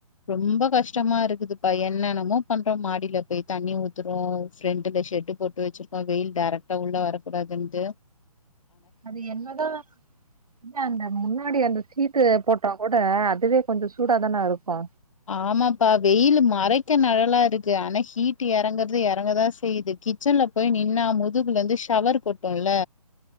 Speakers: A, on the left; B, on the right.
A: ரொம்ப கஷ்டமா இருக்குதுப்பா என்னென்னமோ பண்றோ மாடியில போய் தண்ணி ஊத்துறோம் ஃப்ரெண்ட்ல ஷெட் போட்டு வச்சிருக்கோ வெயில் டேரக்டா உள்ள வரக்கூடாதுண்டு
B: அது என்னதா இல்ல அந்த முன்னாடி அந்த சீட்டு போட்டா கூட அதுவே கொஞ்சோ சூடாதான இருக்கு
A: ஆமாப்பா வெயில் மறைக்க நிழலா இருக்கு ஆனா ஹீட் இறங்குறது இறங்கதா செய்யுது கிச்சன்ல போய் நின்னா முதுகுல இருந்து ஷவர் கொட்டும்ல